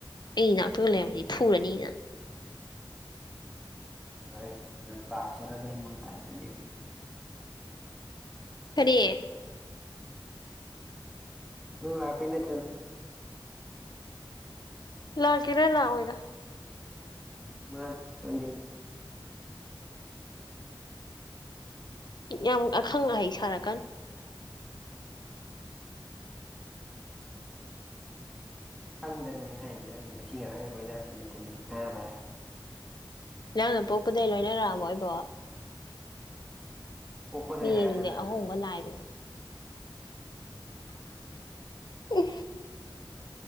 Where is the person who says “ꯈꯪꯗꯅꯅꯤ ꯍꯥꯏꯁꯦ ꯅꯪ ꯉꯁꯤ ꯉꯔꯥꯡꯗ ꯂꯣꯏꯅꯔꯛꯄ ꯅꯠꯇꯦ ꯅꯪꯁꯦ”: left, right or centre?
Centre